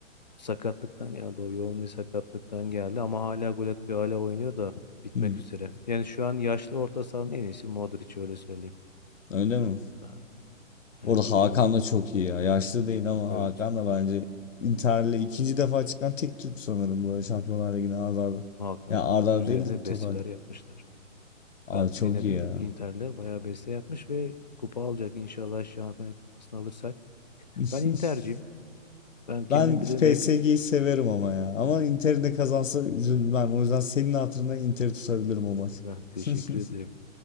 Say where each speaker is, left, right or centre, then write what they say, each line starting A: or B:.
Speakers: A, on the left; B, on the left.
A: Sakatlıktan geldi. O yoğun bir sakatlıktan geldi ama hala gol atıyor. Hala oynuyor da bitmek
B: Hmm,
A: üzere. Yani şu an yaşlı orta sahanın en iyisi Modric öyle söyleyeyim.
B: öyle mi?
A: Ha, Yani
B: Bu arada Hakan
A: De Bruyne
B: da
A: bitti.
B: çok iyi ya. Yaşlı değil ama
A: Evet.
B: Hakan da bence Inter'le ikinci defa çıkan tek Türk sanırım böyle Şampiyonlar Ligi'ne ard arda.
A: Hakan
B: Ya ard arda
A: üzerine
B: değil de totalde.
A: besteler yapmışlar.
B: Abi
A: Ben
B: çok
A: dinledim
B: iyi ya.
A: ki Inter'ler bayağı beste yapmış ve kupa alacak inşallah Şampiyonlar Kupası'nı alırsak.
B: <laughs>
A: Ben Inter'ciyim. Ben kendim
B: Ben
A: bilirim
B: PSG'yi
A: hep
B: severim ama ya. Ama Inter'in de kazansa üzülmem. O yüzden senin hatırına Inter'i tutabilirim o maç.
A: ben teşekkür
B: <laughs>
A: ederim.